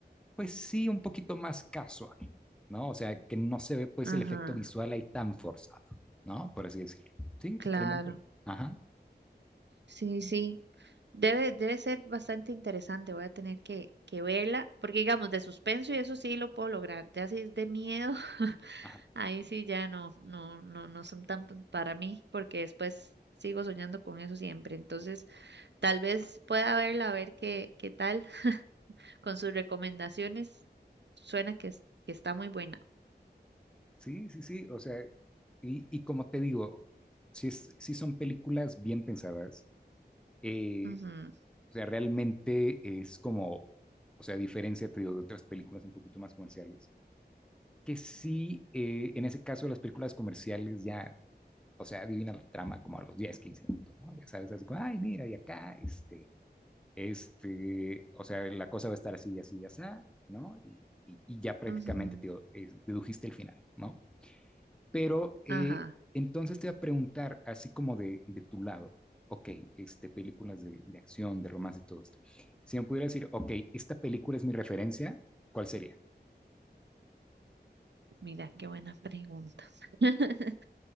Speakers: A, in the centre; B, on the right.
A: pues sí, un poquito más casual, ¿no? O sea, que no se ve pues
B: Ajá,
A: el efecto visual ahí tan forzado, ¿no? Por así decirlo. Sí,
B: claro.
A: totalmente. Ajá,
B: Sí, sí. Debe, debe ser bastante interesante. Voy a tener que, que verla, porque digamos, de suspenso y eso sí lo puedo lograr. Ya si es de miedo.
A: ajá.
B: Ahí sí ya no, no, no, no son tan p- para mí, porque después sigo soñando con eso siempre. Entonces, tal vez pueda verla, a ver qué, qué tal <laughs> con sus recomendaciones. Suena que, es- que está muy buena.
A: Sí, sí, sí. O sea, y, y como te digo, sí, es- sí son películas bien pensadas. eh,
B: Ujú,
A: o sea, realmente es como, o sea, a diferencia te digo, de otras películas un poquito más comerciales, que sí, eh, en ese caso las películas comerciales ya, o sea, adivinan la trama como a los 10 15 minutos, ¿no? Ya sabes, así como, ay, mira, y acá, este, este, o sea, la cosa va a estar así y así y así, ¿no? Y, y- y ya prácticamente
B: ujú.
A: te dedujiste el final, ¿no? Pero eh,
B: Ajá,
A: entonces te voy a preguntar, así como de, de tu lado, ok, este, películas de, de acción, de romance y todo esto. Si me pudiera decir, ok, esta película es mi referencia, ¿cuál sería?
B: mira, qué buena pregunta. <laughs>